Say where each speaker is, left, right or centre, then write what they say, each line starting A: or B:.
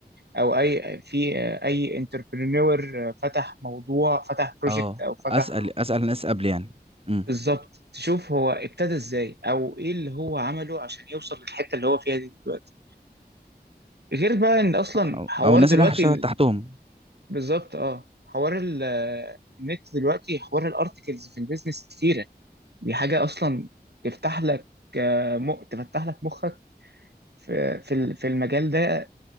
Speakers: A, on the right; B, on the right.
A: او اي في آه، اي انتربرينور فتح موضوع فتح بروجكت
B: اه
A: او فتح
B: اسال اسال الناس قبل يعني امم
A: بالظبط تشوف هو ابتدى ازاي او ايه اللي هو عمله عشان يوصل للحته اللي هو فيها دي دلوقتي غير بقى ان اصلا
B: او
A: حوار
B: أو الناس
A: دلوقتي
B: اللي انا هشتغل
A: ال-
B: تحتهم
A: بالظبط اه حوار ال- النت دلوقتي حوار الارتكلز في البيزنس كتيره دي حاجه اصلا تفتح لك آه، م... تفتح لك مخك في في ال- في المجال ده